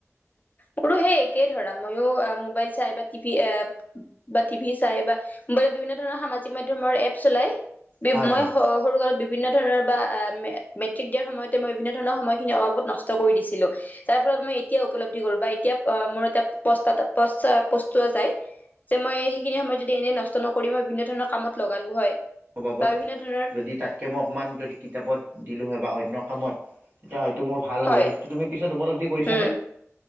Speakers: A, on the left; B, on the right.
A: মোৰো সেই একে ধৰা মইো মোবাইল চাই বা টিভি বা টিভি চাই বা মোবাইলত বিভিন্ন ধৰণৰ সামাজিক মাধ্যমৰ এপ চলাই বিব
B: হয়
A: মই
B: হয়
A: সৰু কালত বিভিন্ন ধৰণৰ বা মেট্ৰিক দিয়াৰ সময়তে মই বিভিন্ন ধৰণৰ সময়খিনি অবাবত নষ্ট কৰি দিছিলো তাৰ ফলত মই ই এতিয়া উপলব্ধি কৰো বা এতিয়া মই পস্তা দা পস্তা পস্তোৱা যায় যে মই সেইখিনি সময়ত যদি এনেই নষ্ট নকৰি মই বিভিন্ন ধৰণৰ কামত লগালো হয়
B: অভাৱত
A: বা বিভিন্ন ধৰণৰ
B: যদি তাতকৈ মই অকণমান যদি কিতাপত দিলোঁ হয় বা অই অন্য কামত তেতিয়া হয় ত মোৰ ভাল
A: হয়
B: হ'লে তুমি পিছত উপলব তি কৰিছানে
A: উম।